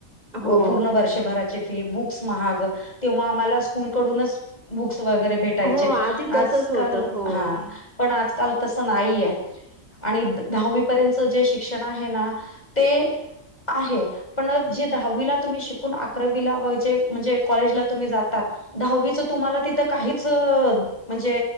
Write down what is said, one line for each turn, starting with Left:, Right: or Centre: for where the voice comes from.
Left: पू
Right: हो,
Left: पूर्ण वर्षभराचे फी बुक्स महाग तेव्हा आम्हाला स्कूल कडूनच बुक्स वैगरे भेट टायचे
Right: हो, आधी तसंच
Left: आजकाल
Right: होतं. हो.
Left: हा पण आजकाल तस नाहीय आणि दहावी पर्यंतच जे शिक्षण आहे ना ते आहे पण जे दहावीला तुम्ही शिकून अकरावीलाे म्हणजे कॉलेजला तुम्ही जातात दहावी तुम्हाला तिथ काहीच म्हणजे